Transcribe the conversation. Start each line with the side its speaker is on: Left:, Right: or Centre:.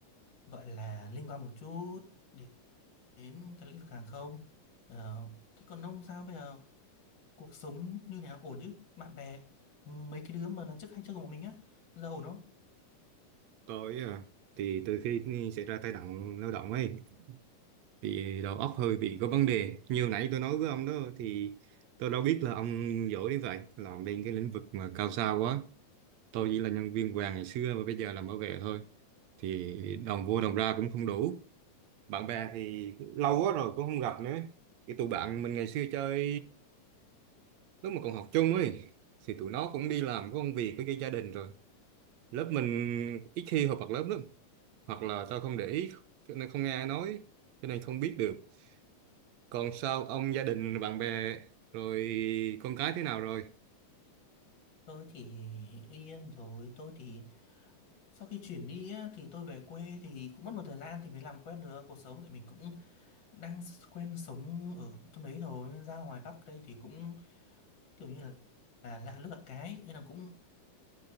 Left: gọi là liên quan một chút đến, đến cái lĩnh vực hàng không ờ, thế còn ông sao bây giờ cuộc sống như nào ổn chứ bạn bè ừ, mấy cái đứa mà lần trước hay chơi cùng bọn mình á giờ ổn không
Right: tôi à, thì từ khi xảy ra tai nạn lao động ấy thì đầu óc hơi bị có vấn đề như nãy tôi nói với ông đó thì tôi đâu biết là ông giỏi đến vậy làm bên cái lĩnh vực mà cao xa quá tôi chỉ là nhân viên vàng ngày xưa và bây giờ làm bảo vệ thôi thì đồng vô đồng ra cũng không đủ bạn bè thì lâu quá rồi cũng không gặp nữa cái tụi bạn mình ngày xưa chơi Lúc mà còn học chung ấy thì tụi nó cũng đi làm có công việc với cái gia đình rồi. Lớp mình ít khi họp mặt lớp lắm. Hoặc là tao không để ý cho nên không nghe ai nói cho nên không biết được. Còn sao ông gia đình bạn bè rồi con cái thế nào rồi?
Left: tôi thì đương nhiên rồi tôi thì Sau khi chuyển đi á, thì tôi về quê thì cũng mất một thời gian thì mới làm quen được cuộc sống tại mình cũng đang s- quen sống ở trong đấy rồi nên ra ngoài Bắc đây thì cũng kiểu như là, là lạ nước lạ cái nên là cũng